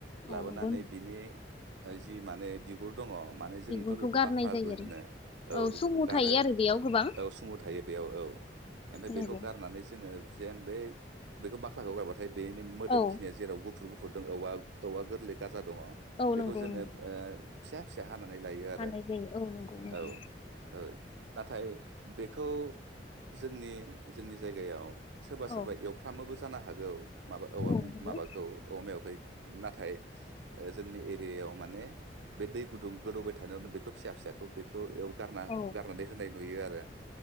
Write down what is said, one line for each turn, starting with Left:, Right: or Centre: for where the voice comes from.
Right: लाबोनानै
Left: औ नंगौ
Right: बिनि। जि माने बिगुर। दङ माने जोंनोथ'
Left: बिगुरखौ
Right: बेखौ
Left: गारनाय
Right: बाख्लाबो
Left: जायो आरो
Right: होनो औ बेखौबो
Left: सुमु
Right: गारो।
Left: थायो आरो बेयाव गोबां
Right: औ सुमु थायो बेयाव औ ओमफ्राय
Left: नंगौ
Right: बेखौ गारनानै जोङो। जेन बे। बेखौ बाख्लाखौ गारबाथाय बेनि मोदोमखिनिया
Left: औ
Right: जेराबो। गुफुर गुफुरदों औवा औवा गोर्लै गा जा दङ
Left: औ
Right: बेखौ
Left: नंगौ
Right: जोङो
Left: नंगौ
Right: ओ। फिसा फिसा। हानानै लायो आरो
Left: हानाय जायो औ नंगौ नंगौ
Right: औ। ओ नाथाय। बेखौ जोंनि जोंनि जायगायाव। सोरबा सोरबा
Left: औ
Right: एवफ्रामोबो जानो हागौ माबा औवा
Left: औ
Right: मे
Left: नंगौ
Right: माबाखौ
Left: नंगौ
Right: औवा मेवायखौ। थायो। ओ जोंनि एरियायाव माने बै दै गुदुं गोदौबाय थानायावनो बेखौ फिसा फिसाखौ बेखौ एव। गारना
Left: औ
Right: हो गारनानै होननाय नुयो आरो।